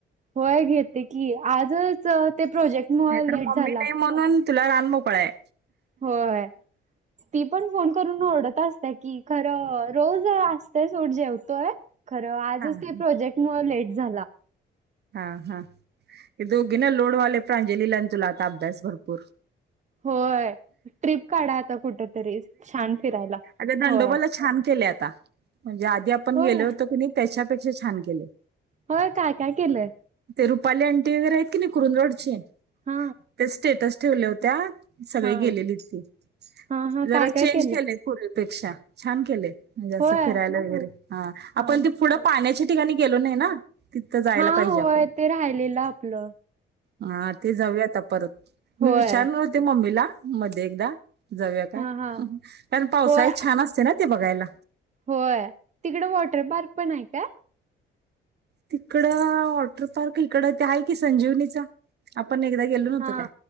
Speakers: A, on the right; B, on the right.
A: होय घेते की, आजच ते प्रोजेक्ट-.. मुळ
B: नाही तर
A: लेट
B: मम्मी
A: झाला.
B: नाही म्हणुन, तुला रान मोकळा आहे,
A: होय. ती पण फोन करून, ओरढत असते की, खरं रोज असते सोट जेवतोय. खरं आजच
B: हा हा
A: ते, प्रोजेक्ट मूळ ते लेट झाला.
B: हा हा, ह्या दोघींला लोड होईलय, प्रांंजलला अन् तुला आता अभ्यास भरपूर,
A: होय ट्रीप काढा आता, कुठ तरी छान फिरायला.
B: अग दंडोबाला
A: होय
B: छान केले, आता म्हणजे आधी आपण
A: होय.
B: गेलो होतो, कुनी त्याच्यापेक्षा छान केले.
A: हो काय, काय केलंय?
B: ते रुपाली अंटी वगैरे आहेत, कीनी कुरुद वाढ ची
A: हा
B: ते स्टेटस ठेवल्या होत्या. सगळी
A: हा
B: गेलेली ती,
A: हा हा
B: जरा
A: काय काय
B: चेंज
A: केलंय
B: केले. पुर्वी पेक्षा छान केलेे, म्हणजे अस
A: होय.
B: फिरायला वगैरे,
A: हा
B: आपण ते पुढ पाण्याच्या ठिकाणी गेलो नाही ना, तिथं जायला
A: हा
B: जा
A: होय
B: आपण,
A: ते राहिलेलं आपलं
B: हा ते जाऊया आता परत,
A: होय
B: मी विचारल बोलणार होते म्मीला, मध्ये एकदा जाऊ का,
A: हा हा
B: कारण पावसाळी
A: होय
B: छान असते ना. ते बघायला.
A: होय, तिकड वॉटर पार्क पण आहे काय?
B: तिकडं वॉटर पार्क, इकड ते आहे की संजीवनीचा. आपण एकदा गेलो नव्हतो
A: हा,
B: काय